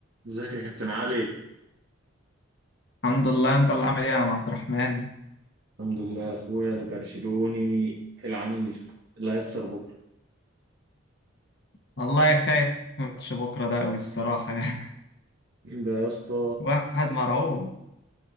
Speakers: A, on the right; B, on the left.
A: ازيك يا كابتن علي
B: الحمد لله انت اللي عامل ايه يا عم عبد الرحمن
A: الحمد لله يا اخويا البرشلوني العنيف اللي هيخسر بكره
B: والله خايف من ماتش بكره ده قوي الصراحه <laughs> يعني
A: ده يا اسطى
B: واحد مرعوب